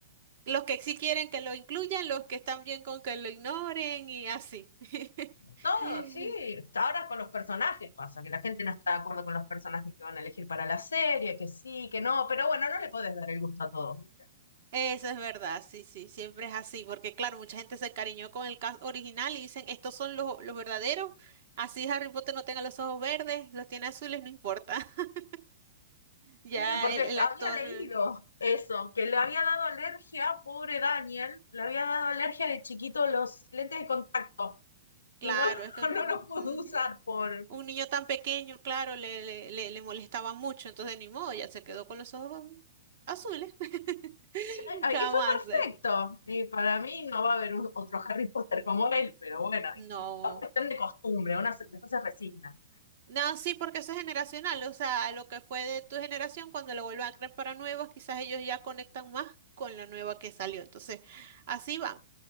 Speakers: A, on the right; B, on the left.
A: Los que sí quieren que lo incluyan, los que están bien con que lo ignoren y así. <laughs>
B: Todo, sí. Ahora con los personajes pasa, que la gente no está de acuerdo con los personajes que van a elegir para la serie, que sí, que no, pero bueno, no le podés dar el gusto a todos, ¿viste?
A: Eso es verdad, sí, sí, siempre es así, porque claro, mucha gente se encariñó con el cast original y dicen, estos son los, los verdaderos, así Harry Potter no tenga los ojos verdes, los tiene azules, no importa. <laughs> Ya
B: Sí, porque
A: el, el
B: había
A: actor.
B: leído eso, que le había dado alergia, pobre Daniel, le había dado alergia de chiquito los lentes de contacto
A: Claro,
B: y no, lo-
A: es que un,
B: <laughs> no los pudo
A: ujú,
B: usar por...
A: un niño tan pequeño, claro, le, le, le, le molestaba mucho, entonces ni modo, ya se quedó con los ojos azules. <laughs>
B: Sí,
A: ¿Qué vamos
B: Y fue
A: a
B: perfecto.
A: hacer?
B: Y para mí no va a haber un- otro Harry Potter como él, pero bueno,
A: No.
B: ¿viste? es todo cuestión de costumbre, una se, después se resigna.
A: No, sí, porque eso es generacional, o sea, lo que fue de tu generación, cuando lo vuelvan a crear para nuevos, quizás ellos ya conectan más con la nueva que salió, entonces así va.